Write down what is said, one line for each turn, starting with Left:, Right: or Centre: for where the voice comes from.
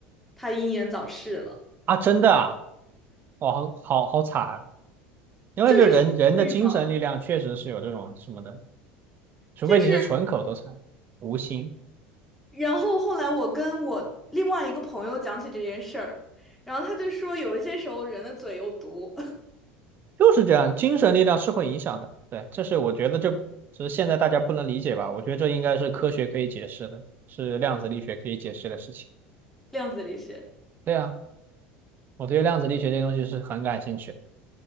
Centre: 他英年早逝了，
Right: 啊，真的啊，哇，好好好惨啊，因为这人人的精神力量确实是有这种什么的，
Centre: 就是很抑郁吧，
Right: 除非你是纯口头禅，
Centre: 就是，
Right: 无心，
Centre: 然后后来我跟我另外一个朋友讲起这件事儿，然后他就说有一些时候人的嘴有毒，
Right: 就是这样，精神力量是会影响的，对，这是我觉得这只是现在大家不能理解吧，我觉得这应该是科学可以解释的，是量子力学可以解释的事情，
Centre: <laughs> 量子力学。
Right: 对啊，我对量子力学这些东西是很感兴趣的